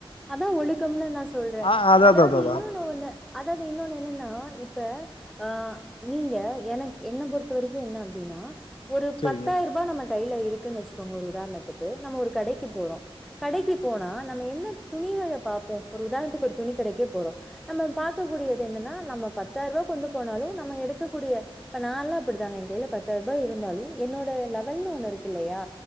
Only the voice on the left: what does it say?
ஆ அதா
அதா அதா அதா
செரிங்க